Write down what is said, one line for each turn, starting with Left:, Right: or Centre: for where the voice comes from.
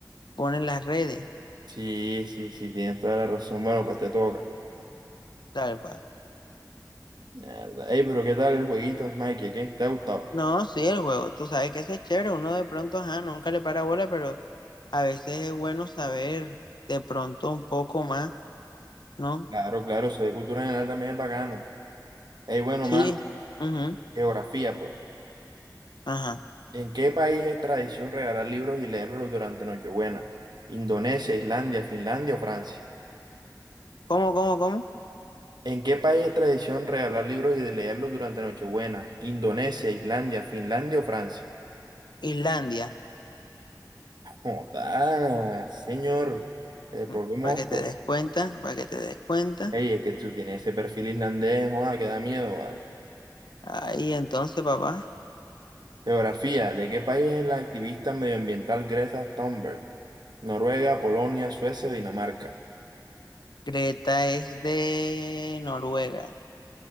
Left: ponen las redes,
Right: Sí, sí, sí, tienes toda la razón. Bueno, pues te toca.
Left: tal cual.
Right: Mierda. Ey, pero ¿qué tal el jueguito, Mikey? ¿Qué? ¿Te ha gustado?
Left: No, sí, el juego, tú sabes que eso es chévere, uno de pronto, ajá, nunca le para bola, pero a veces es bueno saber de pronto un poco más, ¿no?
Right: Claro, claro, eso de cultura general también es bacano. Ey, bueno,
Left: Sí,
Right: mano,
Left: ujú,
Right: geografía, pues.
Left: ajá.
Right: ¿En qué país es tradición regalar libros y leerlos durante Nochebuena? ¿Indonesia, Islandia, Finlandia o Francia?
Left: ¿Cómo, cómo, cómo?
Right: ¿En qué país es tradición regalar libros y leerlos durante Nochebuena? ¿Indonesia, Islandia, Finlandia o Francia?
Left: Islandia.
Right: Joda, señor, el propio
Left: Mm,
Right: monstruo.
Left: Para que te des cuenta, para que te des cuenta.
Right: Ey, es que tú tienes ese perfil islandés, joda, que da miedo, ¿vale?
Left: Ahí entonces, papá.
Right: Geografía. ¿De qué país es la activista medioambiental Greta Thunberg? Noruega, Polonia, Suecia o Dinamarca.
Left: Creta es de Noruega.